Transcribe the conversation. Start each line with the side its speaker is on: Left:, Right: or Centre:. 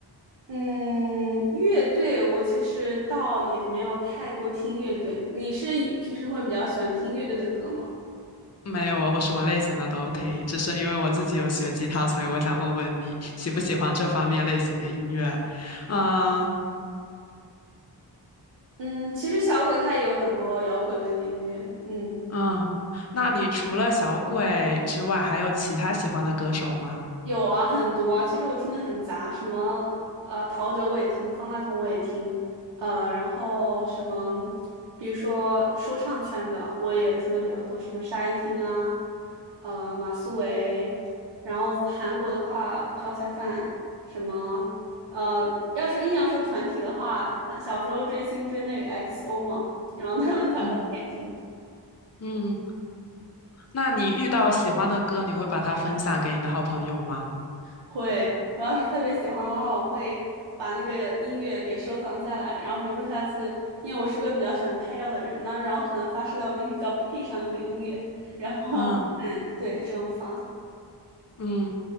Right: 嗯，乐队我其实倒也没有太多听乐队，你是平时会比较喜欢听乐队的歌吗？
Left: 没有啊，我什么类型的都听，只是因为我自己有学吉他，所以我想问问你喜不喜欢这方面类型的音乐。嗯
Right: 嗯，其实小鬼他也有很多摇滚类的音乐，嗯。
Left: 嗯，那你除了小鬼之外，还有其他喜欢的歌手吗？
Right: 有啊，很多啊。其实我听的很杂，什么呃陶喆我也听，方大同我也听，呃，然后什么，比如说说唱圈的我也听的比较多，什么沙一汀啊，呃马思唯，然后韩国的话朴彩范，什么呃，要说硬要说团体的话，小时候追星追那个 XO 嘛，然后他们团的我也听。
Left: 嗯嗯，那你遇到喜欢的歌，你会把它分享给你的好朋友吗？
Right: 会，我要是特别喜欢的话，我会把那个音乐给收藏下来，然后比如说下次，因为我是个比较喜欢拍照的人，那然后可能发社交媒体就要配上那个音乐，然后
Left: 嗯
Right: <laughs> 对，这么发。
Left: 嗯。